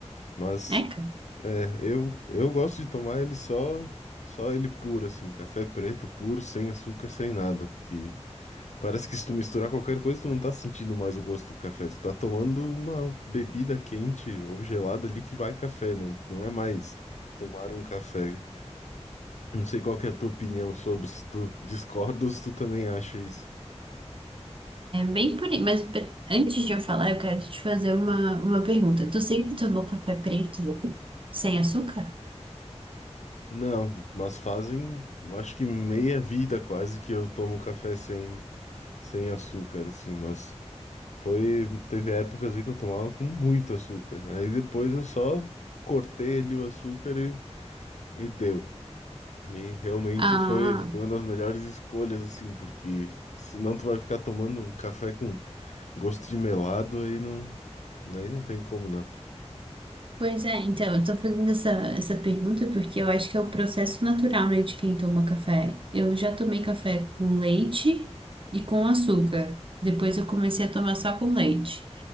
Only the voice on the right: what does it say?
eca.
Bem por aí, mas pe- antes de eu falar, eu quero te fazer uma, uma pergunta. Tu sempre tomou café preto sem açúcar?
Ah,
pois é, então, eu tô fazendo essa, essa pergunta porque eu acho que é o processo natural, né, de quem toma café. Eu já tomei café com leite e com açúcar. Depois eu comecei a tomar só com leite,